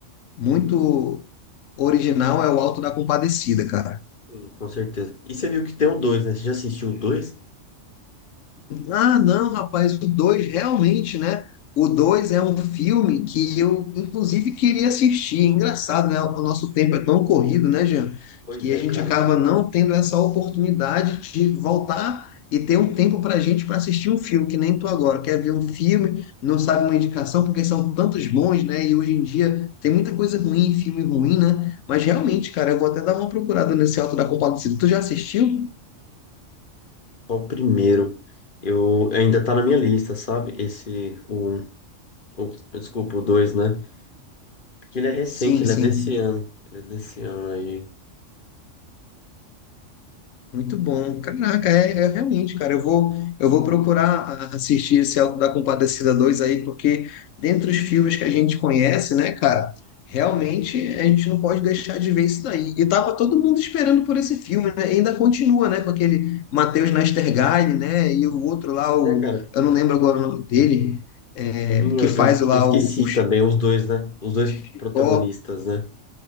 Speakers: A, on the left; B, on the left.
A: muito original, é o Alto da Compadecida, cara.
B: Sim, com certeza. E você viu que tem o dois né? Você já assistiu o dois
A: Ah, não, rapaz, o 2 realmente, né? O 2 é um filme que eu, inclusive, queria assistir. É Engraçado, né? O nosso tempo é tão corrido, né, Jean?
B: Pois
A: Que
B: é,
A: a gente
B: cara.
A: acaba não tendo essa oportunidade de voltar e ter um tempo para a gente para assistir um filme, que nem tu agora. Quer ver um filme, não sabe uma indicação, porque são tantos bons, né? E hoje em dia tem muita coisa ruim, filme ruim, né? Mas realmente, cara, eu vou até dar uma procurada nesse Alto da Compadecida. Tu já assistiu?
B: Só o primeiro. Eu ainda tá na minha lista, sabe? Esse, o, um- o desculpa, o dois, né? Porque ele é recente,
A: Sim,
B: ele
A: sim.
B: é desse ano. Ele é desse ano aí.
A: Muito bom. Caraca, é, é realmente, cara. Eu vou, eu vou procurar a- assistir esse Auto da Compadecida 2 aí, porque dentre os filmes que a gente conhece, né, cara, realmente a gente não pode deixar de ver isso daí. E tava todo mundo esperando por esse filme, né? E ainda continua, né, com aquele Matheus Nachtergaele, né, e o outro lá,
B: Pois
A: o,
B: é, cara.
A: eu não lembro agora o nome dele, é,
B: Sim,
A: que
B: eu,
A: faz
B: eu esque-
A: lá
B: eu esqueci
A: o, o
B: também os dois, né? Os dois
A: Chicó.
B: protagonistas, né?